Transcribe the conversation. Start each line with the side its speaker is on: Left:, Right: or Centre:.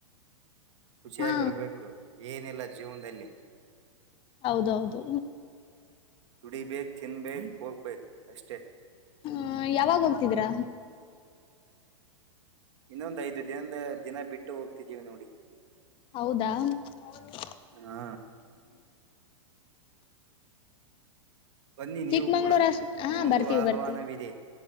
Right: ಖುಷಿಯಾಗಿರಬೇಕು
Left: ಹಾ
Right: ಏನಿಲ್ಲ ಜೀವನದಲ್ಲಿ
Left: ಹೌದೌದು
Right: ಕುಡಿಬೇಕ್ ತಿನ್ನಬೇಕು ಹೋಗ್ಬೇಕು ಅಷ್ಟೇ
Left: ಹ ಯಾವಾಗ ಹೋಗ್ತಿದ್ದೀರಾ
Right: ಇನ್ನೊಂದು ಐದು ದಿನ ಬಿಟ್ಟು ಹೋಗ್ತಿದೀವಿ ನೋಡಿ
Left: ಹೌದಾ ಹ್ಮ
Right: ಹಾ ಬನ್ನಿ
Left: ಚಿಕ್ಕಮಂಗಳೂರು
Right: ನೀವು ಕೂಡ
Left: ಅಷ್ಟೇನಾ
Right: ನಿಮಗೂ
Left: ಬರ್ತೀನಿ
Right: ಆಹ್ವಾನವಿದೆ
Left: ಬರ್ತೀವಿ